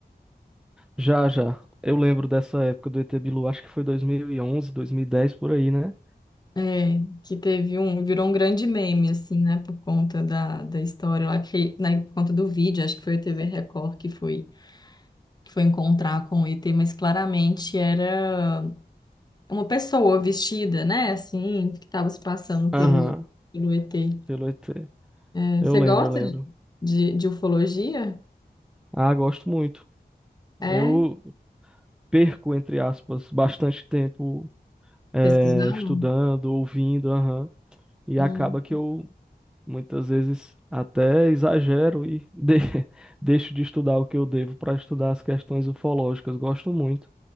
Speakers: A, in the centre; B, on the left.
A: Já, já. Eu lembro dessa época do ET Bilu, acho que foi dois dois mil mil e onze, dois mil e dez por aí, né?
B: É, que teve um, virou um grande meme, assim, né? Por conta da, da história lá, que, né, por conta do vídeo, acho que foi o TV Record que foi, que foi encontrar com o ET, mas claramente era uma pessoa vestida, né? Assim, que estava se passando pelo,
A: Aham,
B: pelo ET.
A: pelo ET.
B: É,
A: Eu
B: você
A: lembro,
B: gosta
A: eu lembro.
B: de, de, de ufologia?
A: Ah, gosto muito.
B: É?
A: Eu perco, entre aspas, bastante tempo eh,
B: Pesquisando?
A: estudando, ouvindo, aham. E
B: Hum.
A: acaba que eu, muitas vezes, até exagero e de- <laughs> deixo de estudar o que eu devo para estudar as questões ufológicas. Gosto muito.